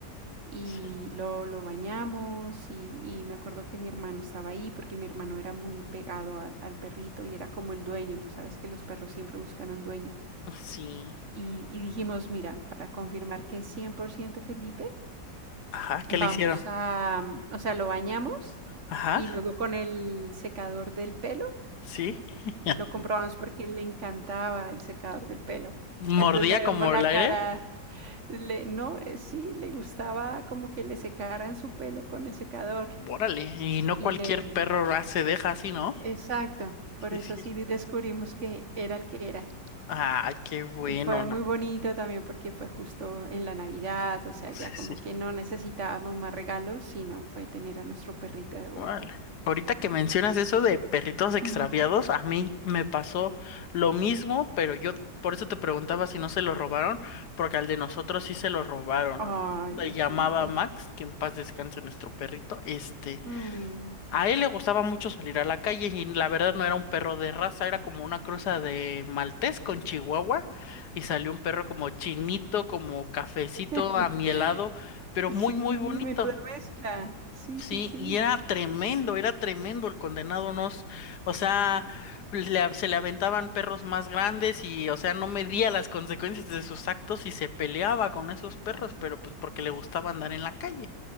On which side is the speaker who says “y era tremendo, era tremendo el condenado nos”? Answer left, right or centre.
Left